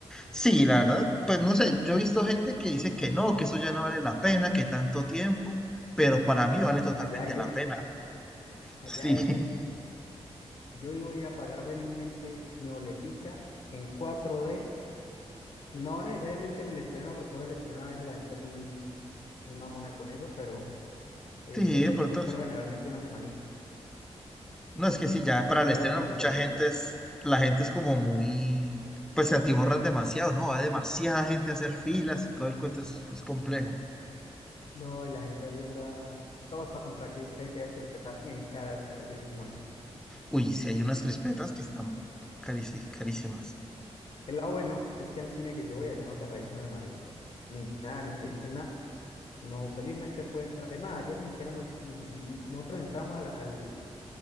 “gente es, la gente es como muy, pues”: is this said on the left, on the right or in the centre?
Centre